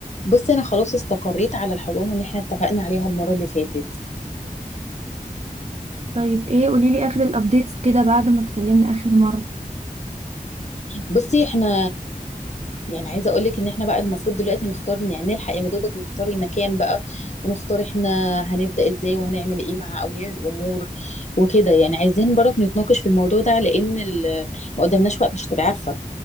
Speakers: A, on the left (about 50°); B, on the right (about 45°).
A: بصي انا خلاص استقريت على الحضانه اللي احنا اتفقنا عليها المره اللي فاتت
B: طيب ايه قوليلي اخر الابديتس كده بعد ما اتكلمنا اخر مرة
A: بصي احنا يعني عايزه اقول لك ان احنا بقى المفروض دلوقتي نختار يعني نلحق يا مدوبك نختار المكان بقى ونختار احنا هنبدا ازاي وهنعمل ايه مع اولياء الامور وكده يعني عايزين برضه نتناقش في الموضوع ده لان ال- ما قدامناش وقت مش هتبقى عارفه